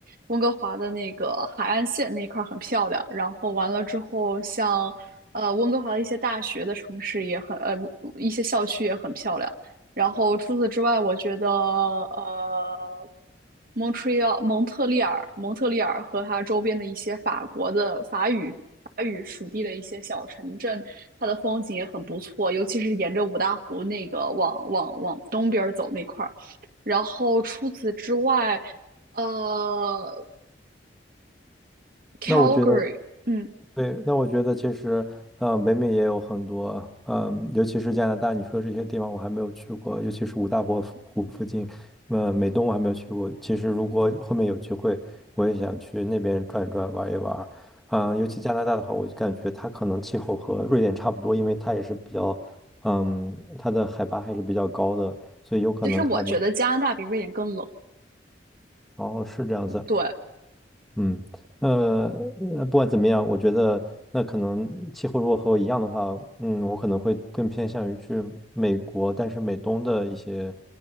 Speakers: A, on the right; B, in the centre.
A: 温哥华的那个海岸线那一块儿很漂亮。然后完了之后像，呃温哥华的一些大学的城市也很呃一些校区也很漂亮。然后除此之外，我觉得呃，蒙特利尔、蒙特利尔、蒙特利尔和它周边的一些法国的法语法语属地的一些小城镇，它的风景也很不错，尤其是沿着五大湖那个往往往东边儿走那块儿。然后除此之外，呃，Calgary，
B: 那我觉得。
A: 嗯，
B: 对，那我觉得其实，嗯，北美也有很多，嗯，尤其是加拿大，你说这些地方我还没有去过，尤其是五大湖附湖附近，嗯，美东我还没有去过。其实如果后面有机会，我也想去那边转一转，玩一玩。嗯，尤其加拿大的话，我就感觉它可能气候和瑞典差不多，因为它也是比较，嗯，它的海拔还是比较高的，所以有可能它里，
A: 其实我觉得加拿大比瑞典更冷。
B: 哦，是这样子。
A: 对。
B: 嗯，呃，呃不管怎么样，我觉得那可能气候如果和我一样的话，嗯，我可能会更偏向于去美国，但是美东的一些